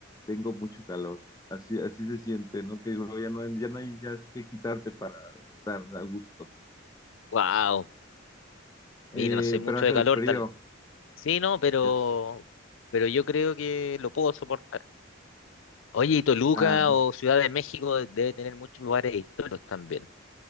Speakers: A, on the left; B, on the left.
A: tengo mucho calor. Así, así se siente, ¿no? Que luego ya no, hay- ya no hay ya que quitarte para estar a gusto.
B: wow.
A: Eh,
B: Mira, no soy mucho
A: pero hace
B: de calor,
A: frío,
B: tal. Sí, no, pero,
A: yes.
B: pero yo creo que lo puedo soportar. Oye, y Toluca
A: Ah,
B: o Ciudad de México debe tener muchos lugares históricos también.